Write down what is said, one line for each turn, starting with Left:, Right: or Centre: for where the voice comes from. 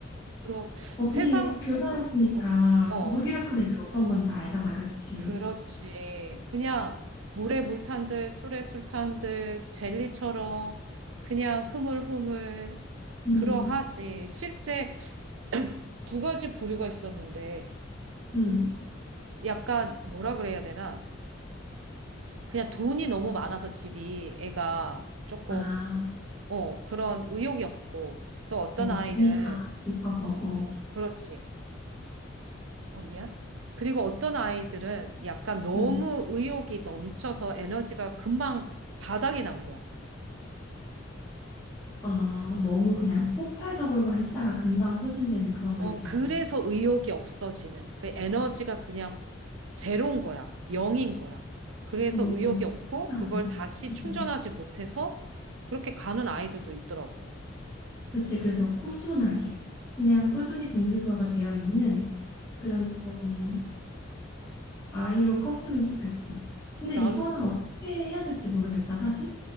Right: 그리고
Left: 언니
Right: 세상,
Left: 교사였으니까
Right: 어, 어, 어.
Left: 무기력한 애들 어떤 건지 알잖아, 그치?
Right: 그렇지. 그냥 물에 물 탄 듯, 술에 술 탄 듯, 젤리처럼 그냥 흐물흐물
Left: 음,
Right: 그러하지. 실제 <clears throat> 두 가지 부류가 있었는데.
Left: 음.
Right: 약간 뭐라 그래야 되나? 그냥 돈이 너무 많아서 집이 애가 조금
Left: 아,
Right: 어 그런 의욕이 없고 또 어떤
Left: 어,
Right: 아이는
Left: 이미 다 있어서. 어.
Right: 그렇지. 어 미안. 그리고 어떤 아이들은 약간 너무
Left: 음.
Right: 의욕이 넘쳐서 에너지가 금방 바닥이 난 거야.
Left: 아, 너무 그냥 폭발적으로만 했다가 금방 소진되는 그런 걸
Right: 어
Left: 얘기하는
Right: 그래서
Left: 건가?
Right: 의욕이 없어지는 그 에너지가 그냥 제로인 거야. 영인 거야. 그래서
Left: 오,
Right: 의욕이 없고
Left: 특이하네.
Right: 그걸 다시 충전하지
Left: 음.
Right: 못해서 그렇게 가는 아이들도 있더라고.
Left: 그치, 그래서 꾸준하게. 그냥 꾸준히 동기부여가 되어 있는 그런 좀 아이로 컸으면 좋겠어. 근데
Right: 나도.
Left: 이거는 어떻게
Right: 음.
Left: 해야 될지 모르겠다, 사실.